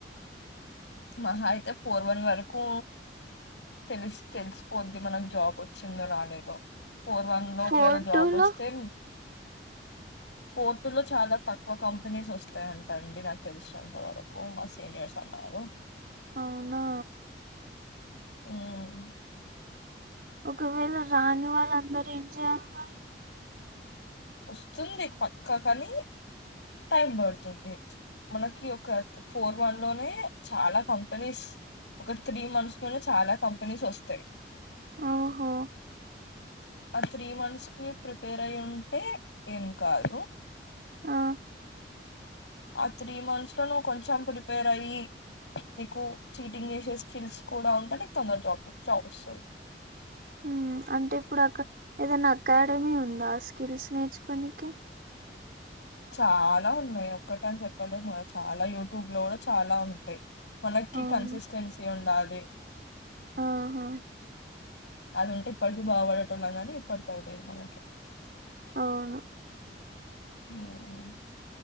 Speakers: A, on the left; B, on the right.
A: మహా అయితే ఫోర్ వన్ వరకు తెలిసి తెలిసిపోద్ది మనకు జాబ్ వచ్చిందో రాలేదో ఫోర్ వన్ లో
B: ఫోర్
A: ఒకవేళ జాబ్
B: టూ లో
A: వస్తే ఫోర్ టూ లో చాలా తక్కువ కంపెనీస్ వస్తాయంటా అండి నాకు తెలిసినంత వరకు మా సీనియర్స్ అన్నారు
B: అవునా
A: ఉం
B: ఒకవేళ రాని వాళ్ళ అందరూ ఏం చేయా మరి
A: వస్తుంది పక్కా కాని టైం పడుతుంది మనకి ఒక ఫోర్ వన్ లోనే చాలా కంపెనీస్ ఒక త్రీ మంత్స్ లోనే చాలా కంపెనీస్ వస్తాయి
B: ఓహో
A: ఆ త్రీ మంత్స్ ని ప్రిపేర్ అయి ఉంటే ఏం కాదు
B: ఆ
A: ఆ త్రీ మంత్స్ లో నువ్వు కొంచెం ప్రిపేర్ అయ్యి నీకు చీటింగ్ చేసే స్కిల్స్ కూడా ఉంటే నీకు తొందర జాబ్ జాబ్ వస్తది
B: ఉమ్ అంటే ఇప్పుడు అక్కడ ఏదైనా అకాడమీ ఉందా ఆ స్కిల్స్ నేర్చుకోనికి
A: చాలా ఉన్నాయి ఒక్కటి అని చెప్పలేము చాలా యూట్యూబ్ లో కూడా చాలా ఉంటాయి మనకి
B: అవును
A: కన్సిస్టెన్సీ ఉండాలి
B: ఆహా
A: అది ఉంటే ప ఇది బాగుపడటం లేం గానీ ఇప్పటికిది లేదు మనకి
B: అహా
A: ఉమ్